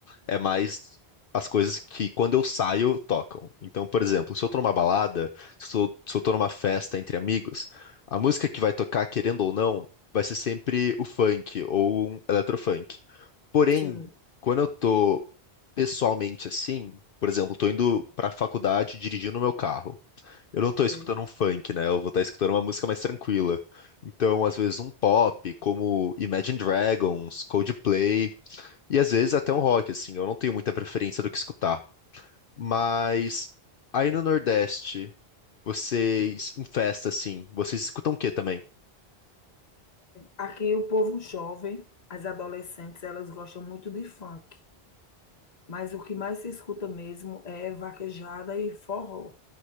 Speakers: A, on the left; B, on the left.
A: é mais as coisas que quando eu saio tocam. Então, por exemplo, se eu tô numa balada, se eu, se eu tô numa festa entre amigos, a música que vai tocar, querendo ou não, vai ser sempre o funk ou um eletrofunk. Porém,
B: Sim.
A: quando eu tô pessoalmente assim, por exemplo, tô indo pra faculdade dirigindo meu carro. Eu não tô escutando
B: Sei.
A: um funk, né? Eu vou estar escutando uma música mais tranquila. Então, às vezes um pop, como Imagine Dragons, Coldplay, e às vezes até um rock, assim. Eu não tenho muita preferência do que escutar. Mas aí no Nordeste, vocês em festa, assim, vocês escutam o quê também?
B: Aqui o povo jovem, as adolescentes, elas gostam muito de funk, mas o que mais se escuta mesmo é vaquejada e forró.